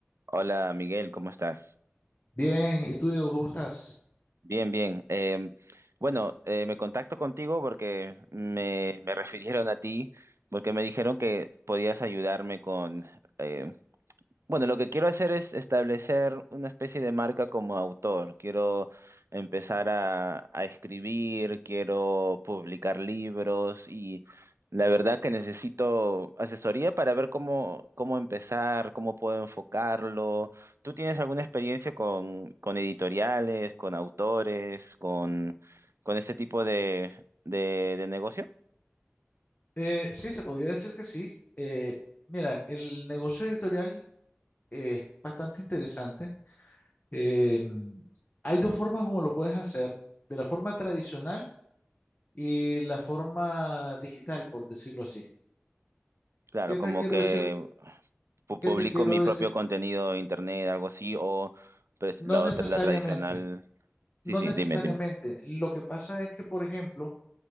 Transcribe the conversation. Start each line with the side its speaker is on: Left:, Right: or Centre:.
Right: Hola Miguel, ¿cómo estás?
Left: Bien, ¿y tú, Diego, cómo estás?
Right: Bien, bien. Em, bueno, eh, me contacto contigo porque me, me <laughs> refirieron a ti, porque me dijeron que podías ayudarme con eh, Bueno, lo que quiero hacer es establecer una especie de marca como autor. Quiero empezar a, a escribir, quiero publicar libros y la verdad que necesito asesoría para ver cómo, cómo empezar, cómo puedo enfocarlo. ¿Tú tienes alguna experiencia con, con editoriales, con autores, con, con ese tipo de, de de negocio?
Left: Eh, sí, se podría decir que sí. Eh, mira, el negocio editorial eh, es bastante interesante. Eh, hay dos formas como lo puedes hacer, de la forma tradicional y la forma digital, por decirlo así.
Right: Claro,
Left: ¿Qué
Right: como
Left: te quiero
Right: que...
Left: decir?
Right: pu-
Left: ¿Qué
Right: publico
Left: te quiero
Right: mi
Left: decir?
Right: propio contenido en internet, algo así, o pues
Left: No
Right: la
Left: necesariamente,
Right: otra, la tradicional. Sí,
Left: no
Right: sí,
Left: necesariamente.
Right: dime, dime.
Left: Lo que pasa es que, por ejemplo,